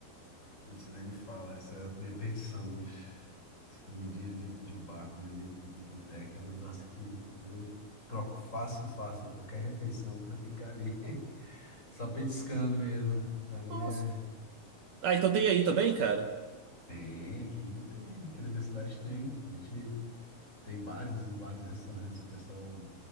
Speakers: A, on the left (about 20°); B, on the right (about 65°).
A: putz, nem me fala. Essa é a minha petição, bicho. Essa comidinha de, de bar, comezinho de boteca é um negócio que eu troco fácil, fácil, qualquer refeição pra ficar ali, <laughs> só petiscando mesmo. Pra mim
B: Nossa.
A: é.
B: Ah, então tem aí também, cara?
A: Tem, aqui tem, aqui na minha cidade tem. A gente tem vários e vários restaurantes e o pessoal